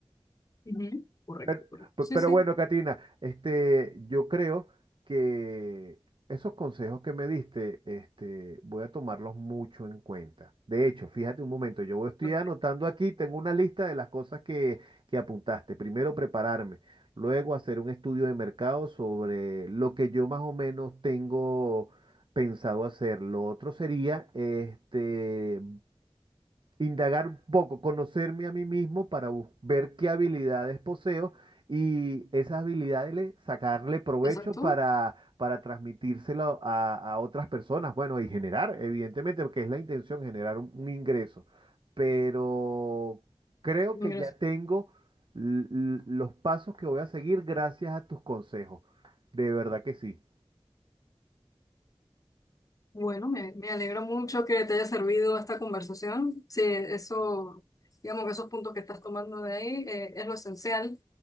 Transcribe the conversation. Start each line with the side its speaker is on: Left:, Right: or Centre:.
Left: Ujú. Correcto,
Right: Pero,
Left: correcto.
Right: pe-
Left: Sí,
Right: pero
Left: sí,
Right: bueno, Katina, este, yo creo que esos consejos que me diste, este, voy a tomarlos mucho en cuenta. De hecho, fíjate un momento, yo estoy
Left: perfecto.
Right: anotando aquí, tengo una lista de las cosas que, que apuntaste. Primero, prepararme, luego hacer un estudio de mercado sobre lo que yo más o menos tengo pensado hacer. Lo otro sería, este, indagar un poco, conocerme a mí mismo para bus- ver qué habilidades poseo y esas habilidades le- sacarle provecho
Left: Exacto.
Right: para, para transmitírselo a, a otras personas. Bueno, y generar, evidentemente, porque es la intención, generar un, un ingreso. Pero creo que
Left: Ingreso.
Right: ya tengo l- l- los pasos que voy a seguir gracias a tus consejos. De verdad que sí.
Left: Bueno, me, me alegro mucho que te haya servido esta conversación. Sí, eso, digamos que esos puntos que estás tomando de ahí eh, es lo esencial.